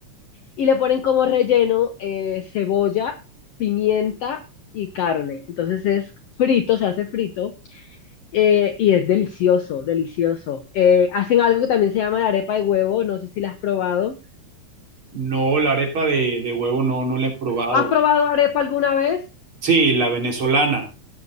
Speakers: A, on the left; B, on the right.
A: y le ponen como relleno eh, cebolla, pimienta y carne. Entonces es frito, se hace frito eh, y es delicioso, delicioso. Eh, hacen algo que también se llama la arepa de huevo, no sé si la has probado.
B: No, la arepa de, de huevo no, no la he probado.
A: ¿Has probado arepa alguna vez?
B: Sí, la venezolana.